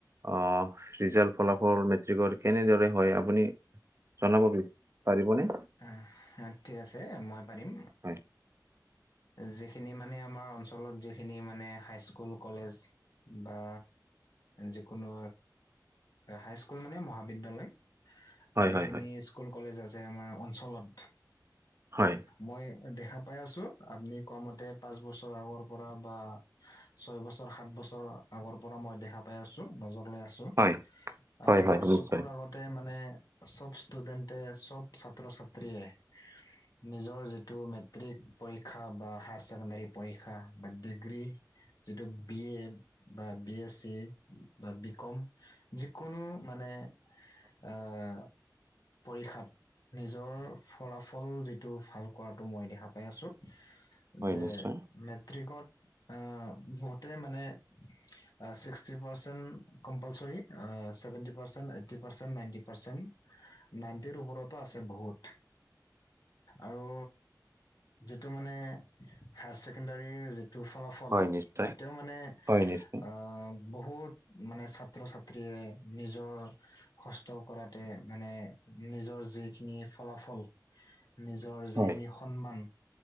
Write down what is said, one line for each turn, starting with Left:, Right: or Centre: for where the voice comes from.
Right: আহ ৰিজালট ফলাফল মেট্ৰিকৰ কেনেদৰে হয় আপুনি জনাব পাৰিবনে?
Left: অ, ঠিক আছে মই পাৰিম
Right: হয়
Left: যি খিনি মানে আমাৰ অঞ্চলত যিখিনি মানে হাইস্কুল কলেজ বা যিকোনো হাইস্কুল মানে মহাবিদ্যালয়
Right: হয়
Left: যিখিনি
Right: হয় হয়
Left: স্কুল কলেজ আছে আমাৰ অঞ্চলত
Right: হয়
Left: মই দেখা পাই আছো আপুনি কোৱা মতে পাচ বছৰ আগৰ পৰা বা, ছয় বছৰ সাত বছৰ শৈ বছৰ আগৰ পৰা মই দেখা পাই আছো নজ লৈ আছো
Right: হয়
Left: আহ
Right: হয় হয়
Left: মৰ
Right: হয় নিশ্চয়
Left: চকুৰ আগতে মানে চব ষ্টুডেণ্টে চব ছাত্ৰ ছাত্ৰ্ৰীয়ে নিজৰ যিটো মেট্ৰিক পৰীক্ষা বা হায়াৰ ছেকেণ্ডাৰী পৰীক্ষা বা ডিগ্ৰী যিটো বি এ বা বি এ চি বা বি কম যিকোনো মানে আহ পৰীক্ষাত নিজৰ ফলাফল যিটো ভাল কৰাটো মই দেখা পাই আছো।
Right: হয়
Left: যে
Right: নিশ্চয়
Left: মেট্ৰিকত আহ বহুতে মানে sixty percent compulsory seventy percent, ninety percent নাইনটিৰ ওপৰতো আছে বহুত। আৰু যিটো মানে হায়াৰ ছেকেণ্ডাৰৰি যিটো ফলাফল
Right: হয় নিশ্চয়
Left: তাতেও মানে
Right: হয় নিশ্চয়
Left: অ, বহুত মানে ছাত্ৰ, ছাত্ৰী নিজৰ কষ্ট কৰাতে মানে নিজৰ যিখিনি ফলাফল নিজৰ যিখিনি
Right: হয়
Left: খম্মন